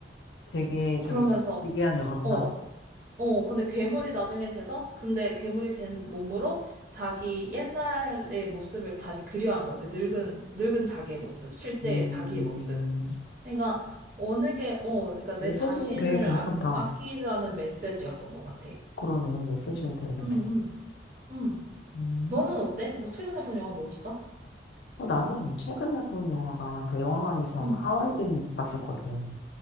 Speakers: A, on the left; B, on the right.
A: 되게 저
B: 그러면서,
A: 특이한 영화구나.
B: 어, 어, 근데 괴물이 나중에 돼서, 근데 괴물이 된 몸으로 자기 옛날의 모습을 다시 그리워한 거야. 그 늙은, 늙은 자기의 모습, 실제
A: 음,
B: 자기의 모습. 그러니까, 어느 게, 어, 그러니까 내
A: 메시지는
B: 자신을
A: 되게 괜찮다.
B: 아, 아끼라는 메시지였던 것 같아.
A: 그러네, 메시지는 되게 괜찮아.
B: 응, 응, 응.
A: 음,
B: 너는 어때? 뭐 최근에 본 영화 뭐 있어?
A: 어, 나는 최근에 본 영화가 그 영화관에서
B: 응.
A: 하와이든 봤었거든.